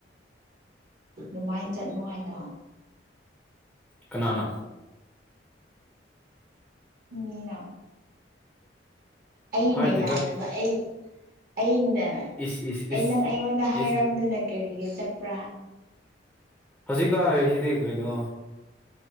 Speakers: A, on the right; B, in the centre.
A: ꯗꯨꯃꯥꯏ ꯆꯠꯅꯨ ꯍꯥꯏꯗ
B: ꯀꯅꯥꯅ
A: ꯃꯤꯅ ꯑꯩꯅ
B: ꯍꯥꯏꯗꯦꯗ
A: ꯌꯥꯗꯦꯕ ꯑꯩ ꯑꯩꯅ
B: ꯏꯁ ꯏꯁ
A: ꯑꯩ
B: ꯏꯁ
A: ꯅꯪ ꯑꯩꯉꯣꯟꯗ ꯍꯥꯏꯔꯝꯗꯅ
B: ꯏꯁ
A: ꯀꯔꯤꯒꯤ ꯆꯠꯄꯔꯥ
B: ꯍꯧꯖꯤꯛꯇ ꯍꯥꯏꯔꯤꯁꯤꯗꯤ ꯀꯩꯅꯣ